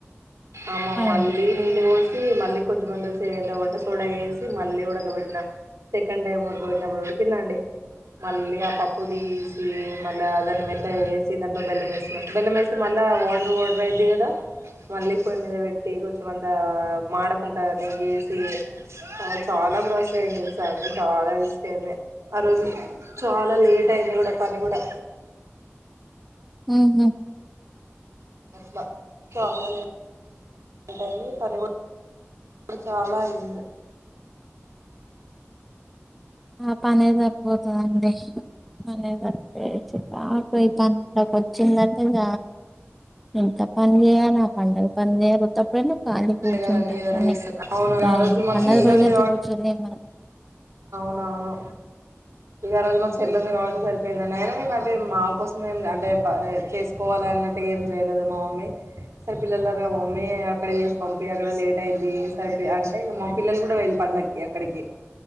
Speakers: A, on the right; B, in the centre.
A: అమ్మ
B: అయింది
A: మళ్ళీ నీళ్ళు పోసి మళ్ళీ కొంచెంమంతసే <inaudible> వంట సోడా ఏసి మళ్ళీ ఉడకబెట్టిన సెకండ్ టైం ఉడకబెట్టినప్పుడు ఉడికిందండి మళ్ళీ ఆ పప్పు తీసి మళ్ళా దాన్ని మెత్తగ చేసి దాంట్లో బెల్లమేసినాం బెల్లమేస్తే మళ్ళ వాటర్ వాటర్ అయిద్ది కదా మళ్ళీ పొయ్యి మీద పెట్టి కొంచం అంతా మాడకుంటా నెయ్యేసి తర్వాత చాలా ప్రోసయ్యింది తెలుసా అండి చాలా వేస్ట్ అయింది ఆ రోజు చాలా లేట్ అయింది కూడా పని కూడా
B: ఊహూ
A: అట్లా చాలాలే టైంది పని కూ <unintelligible> చాలా అయ్యింది
B: ఆ పనే సరిపోతదండి పనే <unintelligible> పండగొచ్చిందంటే ఇగ ఇంత పని చెయ్యాల ఆ పండగ పని చేయాలి ఉత్తప్పుడైనా ఖాళీ కూర్చుంటాం
A: కదండి ఏదైనా
B: కానీ
A: చేసి అవును
B: ఈ
A: ఆ రోజు మా
B: పండగ
A: చెల్లి
B: రోజయితే
A: ఉంది
B: కూర్చోలేం మనం
A: అవును ఇగ ఆ రోజు మా చెల్లె ఉంది కాబట్టి సరిపోయిందని అయినా మేం అది మా కోసం ఏం అంటే చేసుకోవాలి అన్నట్టు ఏం చేయలేదు మా మమ్మీ సరే పిల్లలున్నారుగా మా మ్మీ అక్కడ చేసి పంపి అక్కడ లేట్ అయిద్ది సరి అంటే ఇగ మా పిల్లలు కూడా వెళ్ళి పండగకి అక్కడికి